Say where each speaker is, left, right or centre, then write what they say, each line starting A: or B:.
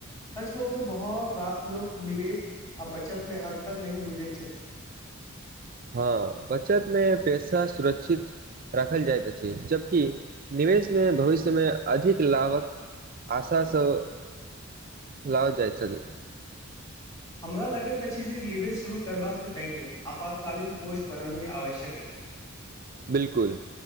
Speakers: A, on the left; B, on the right.
A: सच कहू तो बहुत रास लोग निवेश आ बचत मे अन्तर नहि बुझैत छथि
B: हँ बचत मे पैसा सुरक्षित राखल जाइत अछि जबकि निवेश मे भविष्य मे अधिक लाभक आशा सँ लाव जाइ सके
A: हमरा लगैत अछि जे निवेश शुरू करबा से पहिने आपातकालीन कोष बनैनी आवश्यक अछि
B: बिलकुल